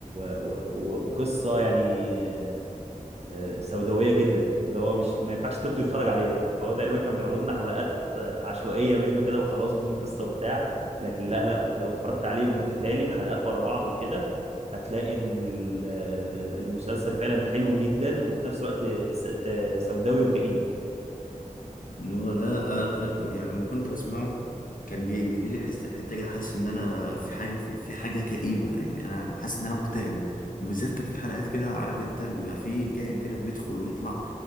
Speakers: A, on the right; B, on the left.
A: و... و... وقصة يعني آه، آه، سوداويه جدا اللي هو مش ما ينفعش طفل يتفرج عليها فهو تقريبا كان بيعرض لنا حلقات آه، عشوائيه منه كده وخلاص بدون قصه وبتاع لكن لا لا لا لو اتفرجت عليه متتالي بحلقات ورا بعض وكده هتلاقي ان ال- ال- المسلسل فعلا حلو جدا وفي نفس الوقت س- آه، سوداوي وكئيب
B: هو لا انا ك- يعني لما كنت بسمعه كان بي- بيجي لي حس حته كده حاسس ان انا في حاجه في, في حاجه كئيبه يعني انا حاسس ان انا مكتئب وبالذات كان في حلقات كده عارف انت بيبقى في كائن كده بيدخل ويطلع